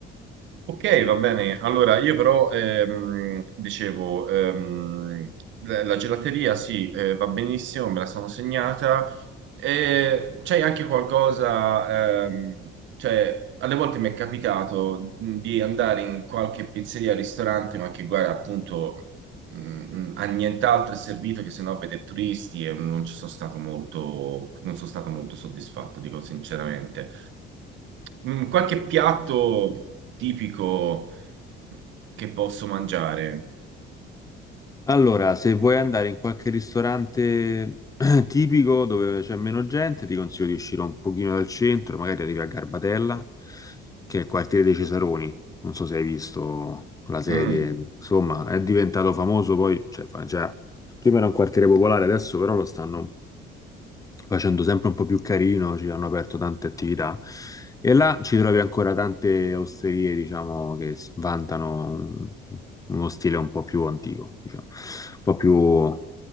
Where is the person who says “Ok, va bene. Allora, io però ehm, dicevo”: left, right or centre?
Right